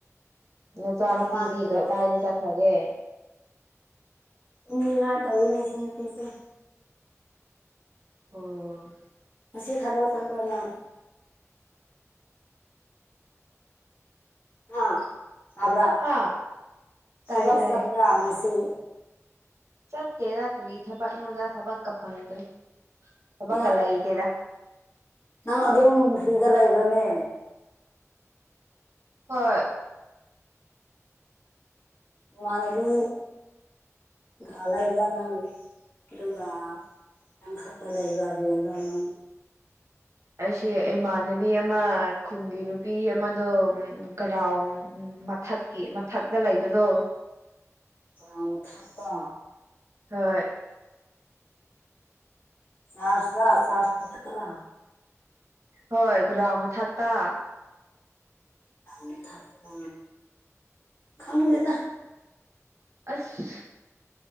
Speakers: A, on the right; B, on the left.
A: ꯅꯆꯥ
B: ꯆꯥꯝꯃꯒꯤ
A: ꯅꯨꯄꯤꯗꯤ ꯀ
B: ꯂꯧꯋꯤꯅꯦ
A: ꯀꯥꯏꯗ ꯆꯠꯈ꯭ꯔꯒꯦ
B: ꯎꯨꯝꯅꯤꯡꯉꯥꯏ ꯇꯧꯅꯦ ꯁꯤ ꯅꯨꯄꯤꯁꯦ
A: ꯑꯣ
B: ꯉꯁꯤ ꯈꯕ ꯇꯥꯕ꯭ꯔꯅ ꯑꯥ ꯇꯥꯕ꯭ꯔꯥ
A: ꯍꯥꯥ
B: ꯊꯕꯛ
A: ꯇꯥꯏ ꯇꯥꯏ
B: ꯆꯠꯄ꯭ꯔꯥ ꯉꯁꯤ
A: ꯆꯠꯇꯦꯗ ꯀꯔꯤ ꯊꯕꯛꯉꯗ ꯊꯕꯛꯀ ꯐꯪꯗ꯭ꯔꯔꯤ ꯊꯕꯛꯀ
B: ꯌꯥ
A: ꯂꯩꯇꯦꯗ
B: ꯅꯪ ꯑꯗꯨꯝ ꯁꯤꯗ ꯂꯩꯕꯅꯦ
A: ꯍꯣꯏ
B: ꯃꯃꯅ ꯑꯗꯨ ꯑꯂ ꯏꯂꯅ ꯑꯗꯨꯒꯥ ꯅꯪ ꯈꯥꯄ ꯂꯩꯕꯕꯅꯣ ꯅꯪ
A: ꯑꯩꯁ ꯏꯃꯥꯟꯅꯕꯤ ꯑꯃ ꯈꯨꯟꯒꯤ ꯅꯨꯄꯤ ꯑꯃꯗꯣ ꯀꯔꯥꯎ ꯃꯊꯛꯀꯤ ꯃꯊꯛꯇ ꯂꯩꯕꯗꯣ
B: ꯑ ꯃ ꯊꯥꯛꯄ
A: ꯍꯣꯏ
B: ꯍ ꯆꯔꯁ꯭ꯔ ꯆꯔ꯭ꯔ
A: ꯍꯣꯏ ꯒ꯭ꯔꯥꯎ ꯃꯊꯛꯇ
B: ꯅ ꯊꯛꯄ ꯈꯪꯗꯦꯗ
A: ꯑꯁ